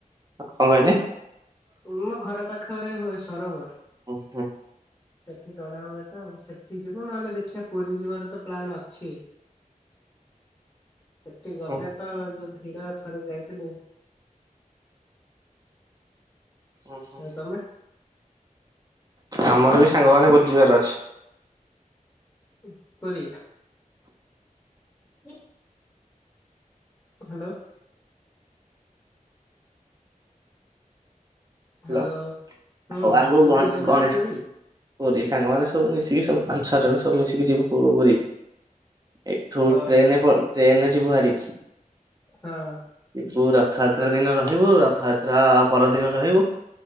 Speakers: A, on the right; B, on the left.
A: କଣ କହିଲେ?
B: ପୁରୁ ଘର ପାଖରେ ହୁଏ ସରୋବର।
A: ଉଁ ହୁଁ
B: ସେଠି ଟଣା ହୁଏ ତ ସେଠି ଯିବ ନହେଲେ ଦେଖିବା ପୁରୀ ଯିବାର ତ ପ୍ଲାନ୍ ଅଛି। ସେଠି ଗଲେ
A: ଉଁ
B: ତ ଯୋଉ ଭିଡ ଥରେ ଯାଇଥିଲୁ।
A: ଓ ହ
B: ଆଉ ତମେ
A: ଆମର ବି ସାଙ୍ଗମାନେ ବୁଲିଯିବାର ଅଛି।
B: <unintelligible> <unintelligible> ହ୍ୟାଲୋ। ହ୍ୟାଲୋ
A: ହଲ
B: ହୁଁ
A: ଆଉ ଆଗକୁ
B: କୋଉଠି
A: ଗଣ
B: ଯିବାର
A: ଗଣେଶ
B: ଅଛି ପୁରୀ
A: ପୀ ସାଙ୍ଗ ମମାନେ ସବୁ ମିଶିକି ସବୁ ପାଞ୍ଚ ଛଅ ଜଣ ସବୁ ମିଶିକି ଯିବ ପ- ପୁରୀ। ଏକଠୁ
B: ହଁ
A: ଟ୍ରେନ- ଟ୍ରେନେ ଯିବୁହାରି।
B: ହଁ।
A: ବୁ ରଥଯାତ୍ରା ଦିନ ରହିବୁ ରଥଯାତ୍ରା ପରଦିନ ରହିବୁ।